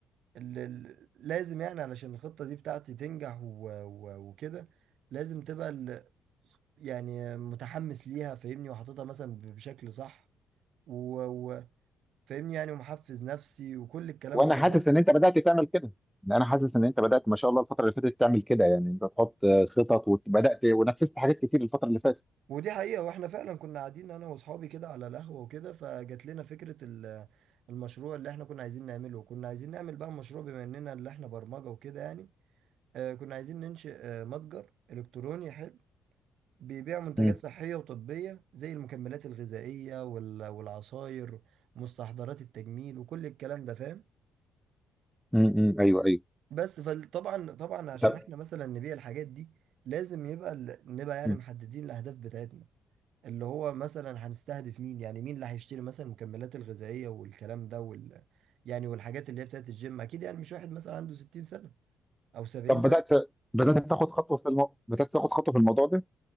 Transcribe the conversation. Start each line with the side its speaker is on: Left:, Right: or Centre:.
Right: اللي اللي لازم يعني علشان الخطة دي بتاعتي تنجح و- و- وكده لازم تبقى ال- يعني متحمس ليها فاهمني وحاططها مثلا ب- بشكل صح وفاهمني يعني ومحفز نفسي وكل الكلام
Centre: وانا
Right: ده
Centre: حاسس
Right: فاهم
Centre: ان انت بدات تعمل كده إن انا حاسس ان انت بدات ما شاء الله الفتره اللي فاتت تعمل كده يعني انت تحط آه، خطط وبدات ونفذت حاجات كتير الفتره اللي فاتت
Right: ودي حقيقة واحنا فعلا كنا قاعدين انا واصحابي كده على القهوة وكده فجات لنا فكرة ال- المشروع اللي احنا كنا عايزين نعمله وكنا عايزين نعمل بقى مشروع بما اننا اللي احنا برمجة وكده يعني آه، كنا عايزين ننشئ آه، متجر إلكتروني حلو بيبيع منتجات
Centre: امم
Right: صحية وطبية زي المكملات الغذائية وال- والعصاير مستحضرات التجميل وكل الكلام ده فاهم
Centre: امم ايوه ايوه
Right: بس فطبعا طبعا عشان
Centre: طب
Right: احنا مثلا نبيع الحاجات دي لازم يبقى ال- نبقى يعني
Centre: مم.
Right: محددين الأهداف بتاعتنا اللي هو مثلا هنستهدف مين يعني مين اللي هيشتري مثلا المكملات الغذائية والكلام ده وال يعني والحاجات اللي هي بتاعت الجيم أكيد يعني مش واحد مثلا عنده 60 سنة أو 70
Centre: طب بدات بدات تاخد خطوه في المو... بدات تاخد خطوه في الموضوع ده